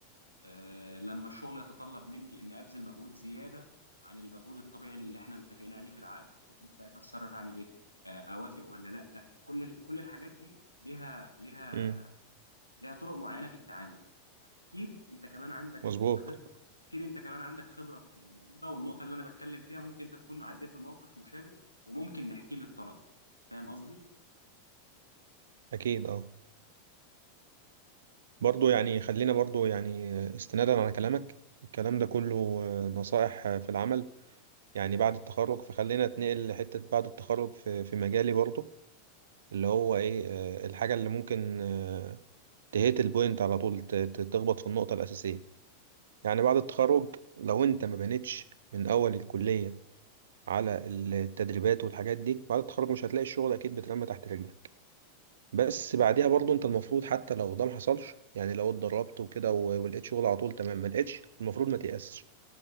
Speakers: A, on the left; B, on the right.
A: آه، لما الشغل يتطلب مني اني ابذل مجهود زياده عن المجهود الطبيعي اللي احنا متفقين عليه في العقد المفروض ساعتها اتصرف اعمل ايه آه، اوافق ولا لا كل ال- كل الحاجات دي ليها ليها
B: امم
A: ليها طرق معينه في التعامل اكيد انت كمان عندك
B: مظبوط
A: خ... اكيد انت كمان عندك خبرة في الموضوع ده والنقطة اللي انا بتكلم فيها ممكن انت تكون عديت بموقف مشابه وممكن نحكيه للطلبة فاهم قصدي؟
B: أكيد أه برضو يعني خلينا برضو يعني استنادا على كلامك الكلام ده كله نصائح في العمل يعني بعد التخرج فخلينا اتنقل لحتة بعد التخرج في في مجالي برضو اللي هو ايه آه، الحاجة اللي ممكن آه، تهيت البوينت على طول ت- ت- تخبط في النقطة الأساسية يعني بعد التخرج لو أنت ما بنيتش من أول الكلية على التدريبات والحاجات دي بعد التخرج مش هتلاقي الشغل أكيد بترمى تحت رجلك بس بعديها برضو أنت المفروض حتى لو ده ما حصلش يعني لو اتدربت وكده و- ولقيت شغل على طول تمام ما لقيتش المفروض ما تيأسش